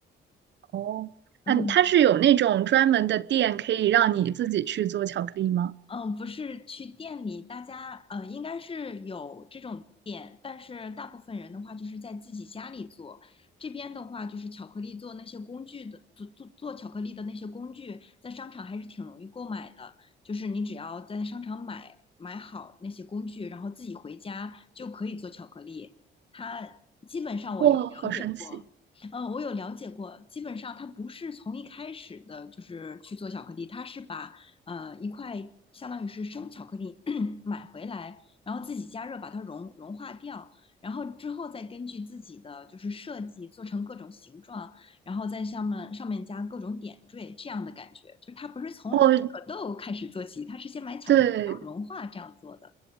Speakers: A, on the right; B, on the left.
A: 哦，
B: 嗯，
A: 嗯，它是有那种专门的店可以让你自己去做巧克力吗？
B: 嗯，不是去店里，大家呃应该是有这种店，但是大部分人的话就是在自己家里做。这边的话就是巧克力做那些工具的，做做做巧克力的那些工具，在商场还是挺容易购买的。就是你只要在商场买买好那些工具，然后自己回家就可以做巧克力。它基本上我有了解过。
A: 哇，好神奇！
B: 嗯，我有了解过，基本上它不是从一开始的，就是去做巧克力，它是把呃一块相当于是生巧克力 <clears throat> <coughs> 买回来，然后自己加热把它融融化掉，然后之后再根据自己的就是设计做成各种形状，然后在上面上面加各种点缀这样的感觉，就是它不是从可豆开始做起，
A: 哦，
B: 它是先买巧克力然后融化这样做的。
A: 对，